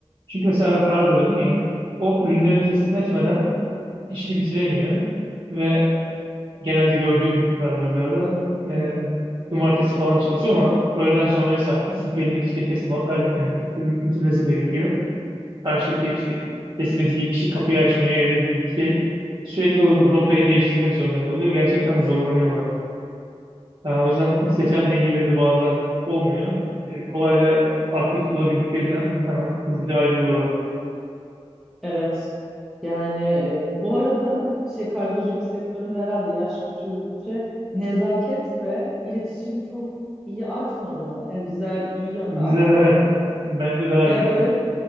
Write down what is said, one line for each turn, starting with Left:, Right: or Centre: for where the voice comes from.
Right: Çünkü mesela kargo dedin ya, o ürünleri teslim etmeden işini bitiremiyor. Ve genelde gördüğüm kargocularda e, hani cumartesi falan çalışıyor ama öğleden sonraya sarkmış. Çünkü elindeki işte teslimatlar bitmem- bitirmesi gerekiyor. karşıdaki işte teslim edeceği kişi kapıyı açmıyor, evde değil bir şey. Sürekli o rotayı değiştirmek zorunda kalıyor. Gerçekten zorlanıyorlar. Ha, o yüzden iç seçen dengeleri de bazen olmuyor. E, kolayca farklı iş bulabildiklerinden hemen hızlıca ayrılıyorlar.
Centre: Evet. Yani e, bu arada şey kargoculuk sektöründe herhalde yaş küçüldükçe nezaket ve iletişim çok iyi artmadı mı? Yani güzel, iyi yönde
Right: Güzel,
Centre: artmadı
Right: evet.
Centre: mı?
Right: Bence daha
Centre: Ya
Right: iyi. Evet.
Centre: böyle